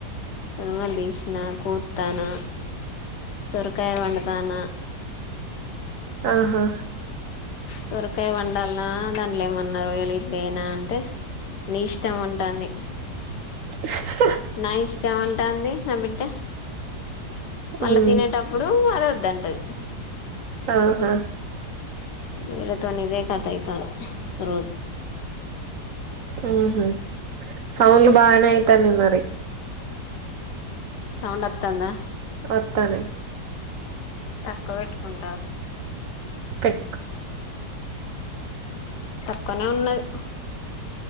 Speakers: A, on the left; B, on the right.
A: తుడమలు తీసిన కూతాను సొరకాయ వండుతాను
B: ఆహా
A: సొరకాయ వండాలనా దాంట్లో ఏమన్నా రయలు ఇట్లునా అంటే నీ ఇష్టం ఉంటుంది
B: <inaudible>
A: నా ఇష్ట ఏమంటాంది నా బిడ్డ మళ్ళా
B: ఉమ్
A: తినేటప్పుడు చద్దంటదు
B: ఆహా
A: వీళ్ళతోని ఇదే కథ అయితాంది రోజు
B: ఊహూ సౌండ్లు బానే అయితన్నై మరి
A: సౌండ్ వత్తాందా
B: వత్తానై
A: తక్కువ పెట్టుకుంటారు
B: పెట్టుకో
A: తక్కువనే ఉన్నది